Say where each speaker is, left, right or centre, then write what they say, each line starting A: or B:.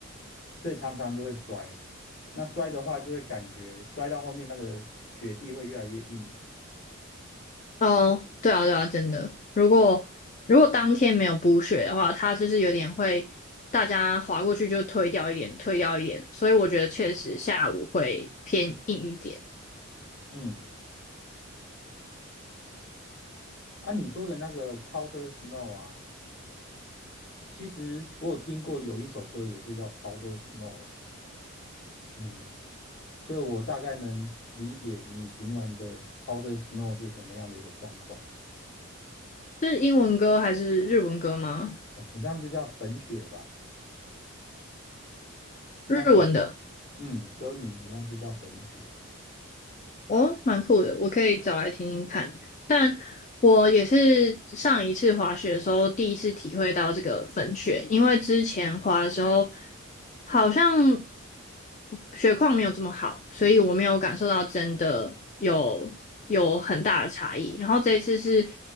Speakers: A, on the left (about 55°); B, on the left (about 35°).
A: 所以常常就会摔。那摔的话，就会感觉摔到后面那个雪地会越来越硬。
B: 哦，对啊，对啊，真的。如果如果当天没有补血的话，它就是有点会大家划过去就推掉一点，推掉一点。所以我觉得确实下午会偏硬一点。
A: 嗯，啊，你说的那个 powder snow 啊，其实我有听过有一首歌也是叫 powder snow 了。嗯，所以我大概能理解你形容的 powder snow 是什么样的一个状况，
B: 是英文歌还是日文歌吗？
A: 哦很像就叫粉雪吧。那时
B: 日文的。
A: 嗯，歌名好像就叫粉雪。
B: 哦，蛮酷的，我可以找来听听看。但我也是上一次滑雪的时候，第一次体会到这个粉雪，因为之前滑的时候好像雪况没有这么好，所以我没有感受到真的有有很大的差异。然后这一次是，